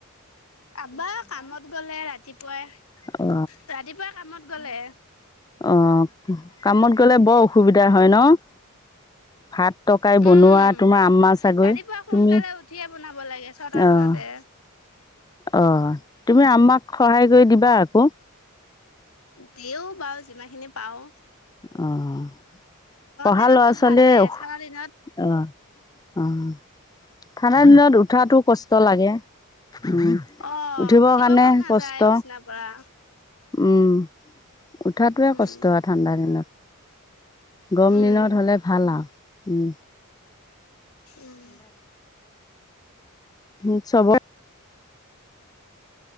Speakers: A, on the left (about 75°); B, on the left (about 15°).
A: আব্বা কামত গ'লে ৰাতিপ্‌ পুৱাই,
B: অ
A: ৰাতিপুৱাই কামত গলে
B: অ কামত গ'লে বৰ অসুবিধা হ'য় ন'। ভাত ৰ্টকাই বনোৱা
A: উম,
B: তোমাৰ আম্মা চাগৈ।
A: ৰাতিপুৱা সোনকালে
B: তুমি,
A: উঠিয়ে বনাব লাগে ছটা
B: আঁহ্‌
A: বজাতে।
B: অঁ, তুমি আম্মাক সহায় কৰি দিবা আক।
A: দিওঁ বাও, যিমাখিনি পাওঁ।
B: অঁ পঢ়া
A: দিনততো
B: লৰা -ছোৱালীয়ে
A: ভালে
B: উৰ্হ,
A: ঠাণ্ডা দিনত
B: অঁ, আঁ ঠাণ্ডা দিনত উঠাতো কষ্ট লাগে। উম,
A: অ'
B: উঠিবৰ
A: উঠিব
B: কাৰণে
A: মন নাযায়
B: কষ্ট।
A: বিচনাৰ পৰা।
B: উম, উঠাটোৱে
A: উম,
B: কষ্ট আ ঠাণ্ডা দিনত। গৰম
A: উম,
B: দিনত হ'লে ভাল আও।
A: উম
B: ওঁ, চবই